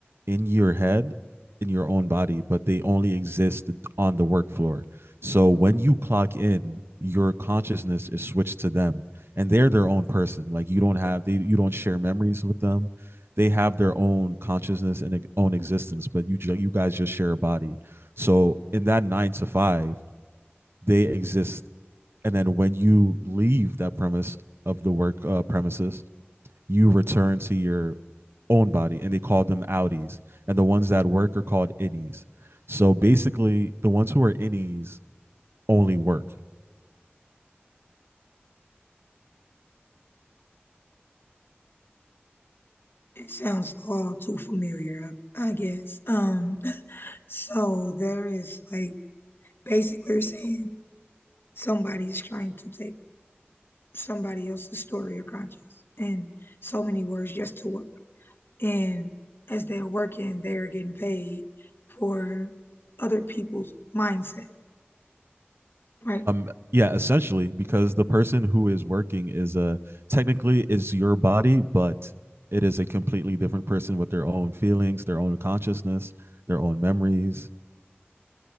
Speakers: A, on the right; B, on the left.
A: in your head, in your own body, but they only exist on the work floor. So when you clock in, your consciousness is switched to them and they're their own person like you don't have they you don't share memories with them they have their own consciousness and own existence, but you you guys just share a body. So in that nine to five, they exist, and then when you leave that premise of the work uh, premises, you return to your own body, and they call them outies, and the ones that work are called innies. So basically, the ones who are innies only work.
B: It sounds all too familiar, I guess. Um, <laughs> so there is like basically you're saying somebody's trying to take somebody else's story or conscience in so many words just to work. And as they're working, they're getting paid for other people's mindset, right?
A: Um, yeah, essentially, because the person who is working is uh technically is your body, but it is a completely different person with their own feelings, their own consciousness, their own memories.